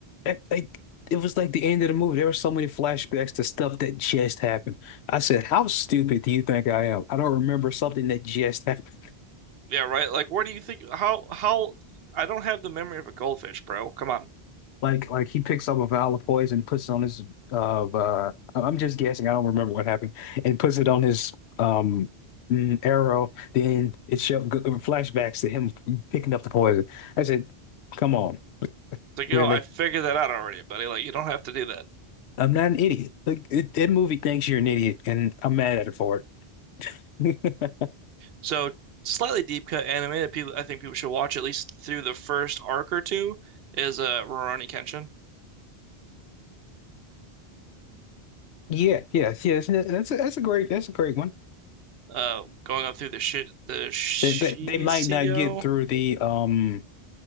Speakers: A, on the left (about 85°); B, on the right (about 70°).
A: It, like it was like the end of the movie. There were so many flashbacks to stuff that just happened. I said, "How stupid do you think I am? I don't remember something that just happened."
B: Yeah, right. Like, where do you think, how, how, I don't have the memory of a goldfish, bro. Come on. It's
A: Like like he picks up a vial of poison, puts it on his uh, uh I'm just guessing. I don't remember what happened, and puts it on his um mm, arrow. Then it show g- uh, flashbacks to him picking up the poison. I said, "Come on,
B: like,
A: really?
B: yo, I figured that out already, buddy. Like, you don't have to do that.
A: I'm not an idiot. Like it, that movie thinks you're an idiot, and I'm mad at it for it." <laughs>
B: So, slightly deep cut anime that people, I think people should watch at least through the first arc or two is uh, Rurouni Kenshin.
A: Yeah, yes, yes. that- That's a, that's a great that's a great one.
B: uh going up through the shi the Shiseo.
A: They, they, they might not get through the um.